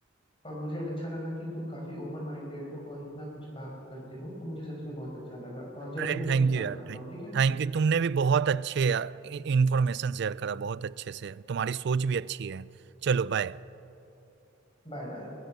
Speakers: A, on the left; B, on the right.
A: और मुझे अच्छा लगा कि तुम काफी ओपन माइंडेड हो और इतना कुछ बात करते हो तो मुझे सच में बहुत अच्छा लगा और जल्दी
B: अरे
A: मैं
B: थैंक
A: तुमसे बात
B: यू यार
A: करता
B: थैंक
A: हूँ ठीक है
B: थैंक यू तुमने भी बहुत अच्छे इंफॉर्मेशन शेयर करा बहुत अच्छे से तुम्हारी सोच भी अच्छी है चलो बाय
A: Bye bye